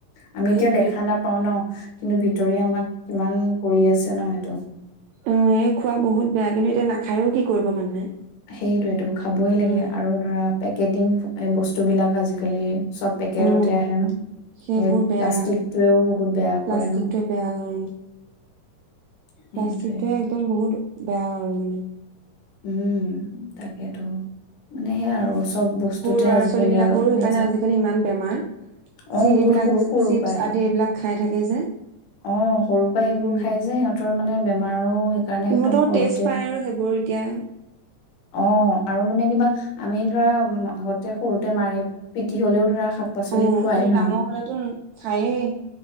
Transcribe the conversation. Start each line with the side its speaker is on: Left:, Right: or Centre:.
Left: আমি
Right: সেইটোৱে
Left: এতিয়া দেখা নাপাওঁ ন? কিন্তু ভিতৰি আমাক কিমান কৰি আছে ন সেইটো?
Right: অ', এই খোৱা বহুত বেয়া, কিন্তু এতিয়া নাখায়ও কি কৰিব মানুহে।
Left: সেইটোৱেটো খাবই লাগে
Right: উম
Left: আৰু ধৰা পেকেটিং বস্তুবিলাক আজিকালি চব পেকেটতে
Right: উম
Left: আহে ন?
Right: সেইবোৰ
Left: সেই প্লাষ্টিকটোৱেও
Right: বেয়া
Left: বহুত বেয়া
Right: প্লাষ্টিকটোৱে
Left: কৰে ন?
Right: বেয়া কাৰণ
Left: সেইটোৱে
Right: প্লাষ্টিকটোৱে একদম বহুত বেয়া আৰু মানে
Left: উম, তাকেতো মানে সেয়া আৰু চব বস্তুতে
Right: সৰু ল'ৰা
Left: আজিকালি
Right: ছোৱালী বিলাকৰো
Left: আৰু
Right: সেইকাৰণে
Left: ভেজাল,
Right: আজিকালি ইমান বেমাৰ
Left: অ',
Right: চি
Left: বহুত
Right: এইবিলাক
Left: সৰু, সৰু
Right: চিপছ
Left: পাই।
Right: আদি এইবিলাক খাই থাকে যে
Left: অ', সৰু পাই সেইবোৰ
Right: উম
Left: খাই যে, সিহঁতৰ মানে বেমাৰো সেইকাৰণে
Right: সিহঁতেও
Left: একদম সৰুতেই
Right: টেষ্ট পায় আৰু সেইবোৰ এতিয়া
Left: অ', আৰু মানে কিবা আমি ধৰা আগতে সৰুতে মাৰি পিটি হ'লেও ধৰা শাক পাচলি
Right: অহ'
Left: খোৱাই
Right: কিন্তু
Left: ন
Right: ডাঙৰ হলেতো খায়েই।